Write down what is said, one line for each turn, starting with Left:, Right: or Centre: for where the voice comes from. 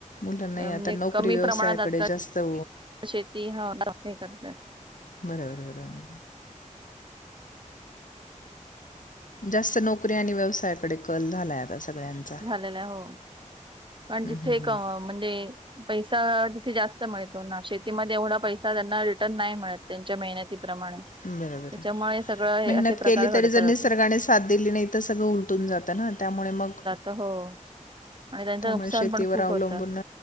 Left: मुलांनाही
Right: त्या मध्ये
Left: आता नोकरी
Right: कमी
Left: व्यवसायाकडे
Right: प्रमाणात असतात
Left: जास्त अ,
Right: शेती ह करतात.
Left: बरोबर बरोबर. जास्त नोकरी आणि व्यवसायाकडे कल झालाय आता सगळ्यांचा.
Right: हो. अन
Left: हं,
Right: जिथे
Left: हं, हं.
Right: एक म्हणजे, पैसा तिथे जास्त मिळतो ना. शेतीमध्ये एवढा पैसा त्यांना रिटर्न नाही मिळत, त्यांच्या मेहनतीप्रमाणे.
Left: बरोबर.
Right: त्याच्यामुळे सगळं हे
Left: मेहनत
Right: असे प्रकार
Left: केली
Right: घडतात
Left: तरी जर निसर्गाने
Right: असे
Left: साथ दिली नाही, तर सगळं उलटून जात ना. त्यामुळे मग
Right: तर हो. आणि त्यांचं
Left: त्यामुळे
Right: नुकसान
Left: शेतीवर
Right: पण खूप
Left: अवलंबून
Right: होतं.